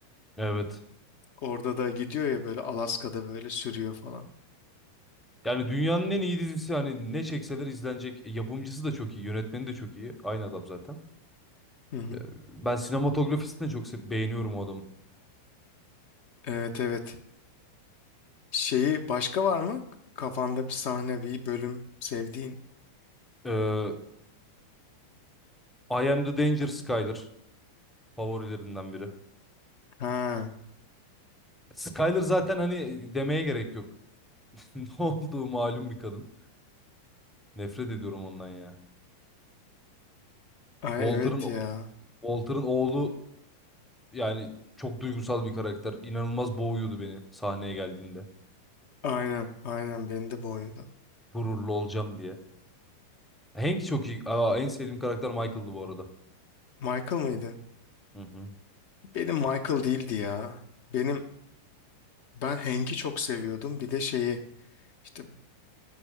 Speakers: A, in the centre; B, on the left.
A: Evet.
B: Orada da gidiyor ya böyle Alaska'da böyle sürüyor falan.
A: Yani dünyanın en iyi dizisi hani ne çekseler izlenecek. E, Yapımcısı da çok iyi, yönetmeni de çok iyi. Aynı adam zaten.
B: Hı hı.
A: E, Ben sinematografisini de çok se- beğeniyorum o adamın.
B: Evet evet. Şeyi başka var mı? Kafanda bir sahne, bir bölüm sevdiğin.
A: Ee, I Am The Danger Skyler favorilerinden biri.
B: Ha,
A: Skyler zaten hani demeye gerek yok. <laughs> Ne olduğu malum bir kadın. Nefret ediyorum ondan ya.
B: ay
A: Walter'ın
B: evet ya.
A: Walter'ın oğlu yani çok duygusal bir karakter. İnanılmaz boğuyordu beni sahneye geldiğinde.
B: Aynen, aynen beni de boğuyordu.
A: Gururlu olacağım diye. Hank çok iyi. Aa, en sevdiğim karakter Michael'dı bu arada.
B: Michael mıydı?
A: Hı hı.
B: Benim Michael değildi ya. Benim ben Hank'i çok seviyordum. Bir de şeyi işte